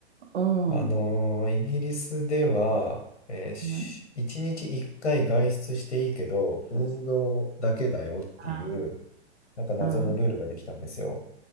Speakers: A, on the right (about 70°); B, on the left (about 80°).
A: うん。
B: あのーイギリスでは、
A: は
B: えーし一日一回外出していいけど、
A: い。
B: 運動だけだよっていう、
A: あ、
B: なんか謎のルールができたんですよ。
A: あ、